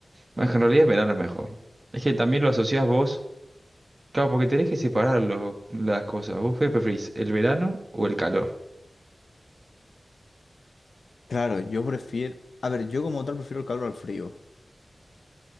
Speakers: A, on the right; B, on the left.
A: no, es que en realidad el verano es mejor. Es que también lo asociás vos. Claro, porque tenés que separar lo- las cosas. ¿Vos qué preferís, el verano o el calor?
B: Claro, yo prefiero... A ver, yo como tal prefiero el calor al frío.